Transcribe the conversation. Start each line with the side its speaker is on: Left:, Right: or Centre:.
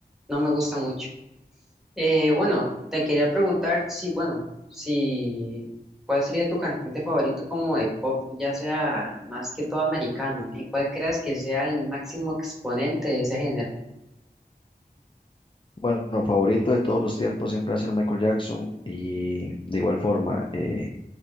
Centre: no me gusta mucho. Eh, bueno, te quería preguntar si, bueno, si, ¿cuál sería tu cantante favorito como de pop, ya sea más que todo americano, y cuál creas que sea el máximo exponente de ese género?
Left: Bueno, favorito de todos los tiempos siempre va a ser Michael Jackson y de igual forma, eh,